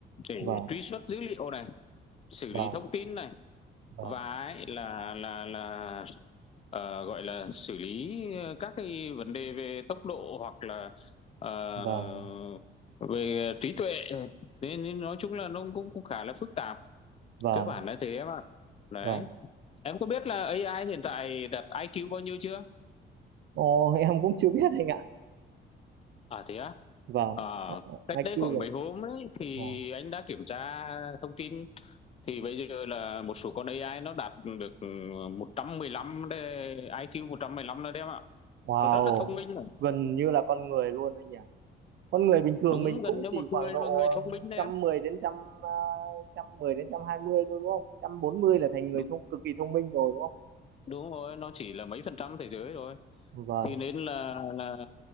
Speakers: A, on the left; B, on the right.
A: để
B: vâng.
A: truy xuất dữ liệu này xử
B: vâng
A: lý thông tin này
B: vâng
A: và ấy là là là ờ, gọi là xử lý ờ, các cái vấn đề về tốc độ hoặc là ờ,
B: vâng
A: về trí tuệ nên, nên nói chung là nó cũng cũng khá là phức tạp
B: vâng
A: cơ bản là thế em ạ đấy
B: vâng
A: em có biết là AI hiện tại đặt IQ bao nhiêu chưa
B: Ồ, <laughs> em cũng chưa biết anh ạ
A: à thế à?
B: vâng
A: Ờ, cách
B: IQ
A: đây khoảng
B: rồi.
A: mấy hôm ấy thì
B: wow.
A: anh đã kiểm tra thông tin thì bây giờ là một số con AI nó đạt được ừ, 115 đấy, ai kiu 115 đấy em ạ.
B: wow
A: Nó rất là thông minh rồi.
B: gần như là con người luôn anh nhỉ con người bình thường
A: Đúng
B: mình cũng
A: gần như
B: chỉ
A: một
B: khoảng
A: người
B: độ
A: mà người thông minh đấy
B: trăm
A: em.
B: mười đến trăm à, trăm mười đến trăm hai mươi thôi đúng không trăm bốn mươi là thành người
A: Đúng,
B: thông cực kỳ thông minh rồi đúng không
A: đúng rồi, nó chỉ là mấy phần trăm thế giới rồi.
B: vâng
A: Thì nên là là